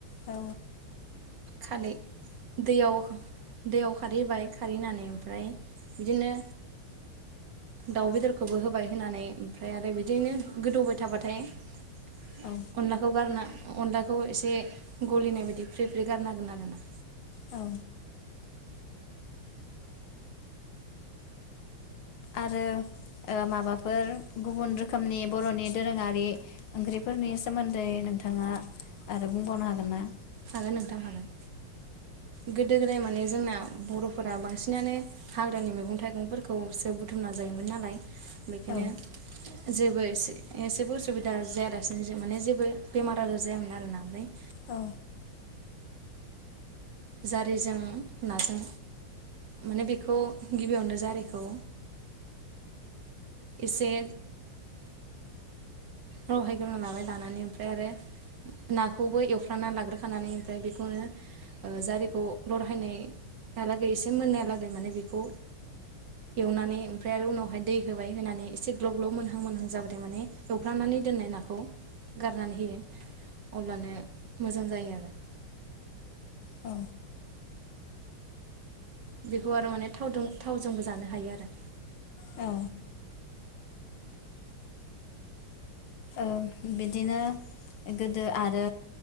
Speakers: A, on the left; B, on the right.
A: औ।
B: खारै दैयाव दैयाव खारै हैबाय खारै होनानै ओमफ्राय बिदिनो दाउ बेदरखौबो होबाय होनानै। ओमफ्राय आरो बिदिनो गोदौबाय थाबा <unintelligible>
A: औ
B: अनलाखौ गारना अनलाखौ एसे गलिनाय बायदि फ्रि फ्रि गारना होगोन आरोना।
A: औ आरो ओ माबाफोर गुबुन रोखोमनि बर'नि दोरोङारि ओंख्रिफोरनि सोमोन्दै नोंथाङा आरो बुंबावनो हागोनना?
B: हागोन नोंथां हागोन गोदो गोदाय माने जोंना बर'फोरा बांसिनानो हाग्रानि मैगं थाइगंफोरखौसो बुथुमना जायोमोन नालाय। बेखायनो
A: औ
B: जेबो एसे एसेबो उसुबिदा जायालासिनो माने जेबो बेमार आजार जायामोन आरोना ओमफ्राय
A: औ
B: जारिजों नाजों माने बेखौ गिबियावनो जारिखौ एसे लहायग्रोना लाबाय लानानै ओमफ्राय आरो नाखौबो एवफ्राना लाग्रोखानानै ओमफ्राय बेखौनो ओ जारिखौ लरहायनायहालागै एसे मोननायलागै माने बेखौ एवनानै ओमफ्राय आरो उनावहाय दै होबाय होनानै एसे ग्लब ग्लब मोनहां मोनहां जाबायथाय माने फ्रामनानै दोननाय नाखौ गारनानै होयो। अब्लानो मोजां जायो आरो
A: औ
B: बेखौ आरो माने थावजों थावजोंबो जानो हायो आरो
A: औ ओ बिदिनो गोदो आरो